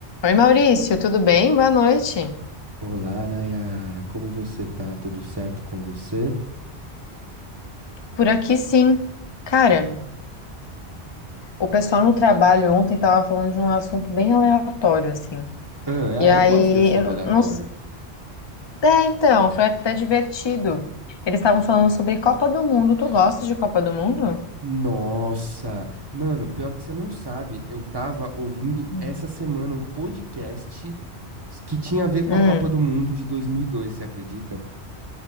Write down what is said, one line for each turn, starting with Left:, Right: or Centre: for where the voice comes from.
Left: Oi, Maurício, tudo bem? Boa noite.
Right: Olá, Nayara, como você tá? Tudo certo com você?
Left: Por aqui, sim. Cara, o pessoal no trabalho ontem tava falando de um assunto bem aleatório, assim.
Right: Ah,
Left: E
Right: ah,
Left: aí,
Right: eu gosto de assunto
Left: eu
Right: aleatório.
Left: não... s- É, então, foi até divertido. Eles estavam falando sobre Copa do Mundo. Tu gosta de Copa do Mundo?
Right: Nossa, mano, pior que você não sabe, eu tava ouvindo
Left: Hum.
Right: essa semana um podcast que tinha a ver com
Left: Hum.
Right: a Copa do Mundo de 2002, você acredita?